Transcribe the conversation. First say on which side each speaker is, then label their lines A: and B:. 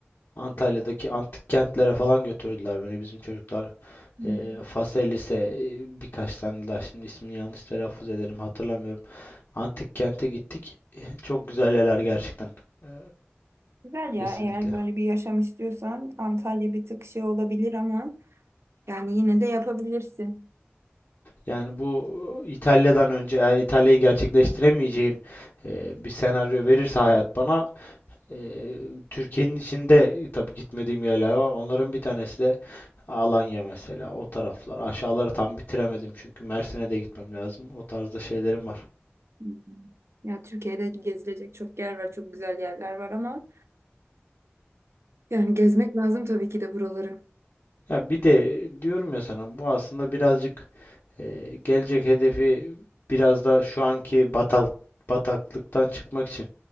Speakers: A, on the left (about 65°); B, on the right (about 80°).
A: Antalya'daki antik kentlere falan götürdüler beni bizim çocuklar.
B: Hmm.
A: Eee Faselis'e eee, birkaç tane daha şimdi ismini yanlış telaffuz ederim hatırlamıyorum. Antik kente gittik. <laughs> E, Çok güzel yerler gerçekten. Eee,
B: Güzel ya
A: kesinlikle.
B: eğer böyle bir yaşam istiyorsan Antalya bir tık şey olabilir ama yani yine de yapabilirsin.
A: Yani bu e, İtalya'dan önce eğer İtalya'yı gerçekleştiremeyeceğim eee, bir senaryo verirse hayat bana Eee, Türkiye'nin içinde tabii gitmediğim yerler var. Onların bir tanesi de Alanya mesela. O taraflar. Aşağıları tam bitiremedim çünkü Mersin'e de gitmem lazım. O tarzda şeylerim var.
B: Hı hı. Ya Türkiye'de gezilecek çok yer var, çok güzel yerler var ama yani gezmek lazım tabii ki de buraları.
A: Ya bir de diyorum ya sana bu aslında birazcık eee, gelecek hedefi biraz da şu anki batal, bataklıktan çıkmak için